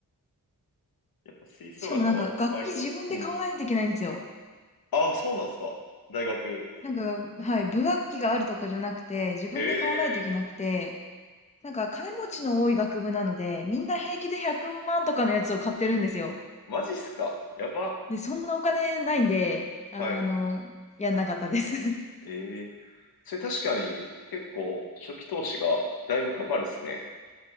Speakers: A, on the left (about 80°); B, on the left (about 20°).
A: やっぱ吹奏楽は割と、
B: しかもなんか、楽器自分で買わないといけないんですよ。
A: うん。ああ、そうなんですか。大学。
B: なんか、はい、部楽器があるとかじゃなくて、自分で買わないといけなくて、
A: へえ。
B: なんか、金持ちの多い学部なので、みんな平気で100万とかのやつを買ってるんですよ。
A: マジっすか。やば。
B: で、そんなお金ないんで、あの、
A: はい。
B: やんなかったです <laughs>
A: ええそれ確かに結構初期投資がだいぶかかるですね。